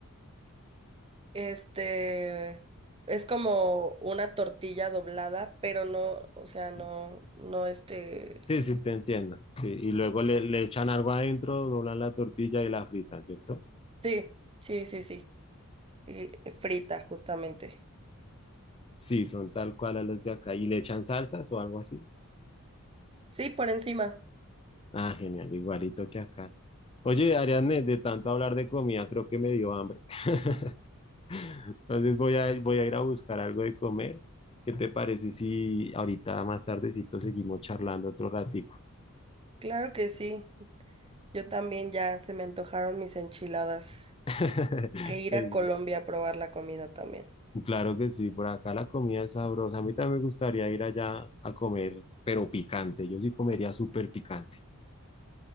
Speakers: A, on the right (about 25°); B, on the left (about 25°).
A: Este es como una tortilla doblada, pero no, o
B: Sí,
A: sea, no, no este.
B: sí, sí, te entiendo. Sí, y luego le, le echan algo adentro, doblan la tortilla y la fritan, ¿cierto?
A: Sí, sí, sí, sí. Y frita, justamente.
B: Sí, son tal cual a las de acá. ¿Y le echan salsas o algo así?
A: Sí, por encima.
B: Ah, genial, igualito que acá. Oye, Ariadne, de tanto hablar de comida, creo que me dio hambre. <laughs> Entonces voy a, voy a ir a buscar algo de comer. ¿Qué te parece si ahorita más tardecito seguimos charlando otro ratico?
A: Claro que sí. Yo también ya se me antojaron mis enchiladas.
B: <laughs>
A: que ir
B: Es-
A: a Colombia a probar la comida también.
B: Claro que sí, por acá la comida es sabrosa. A mí también me gustaría ir allá a comer, pero picante. Yo sí comería súper picante.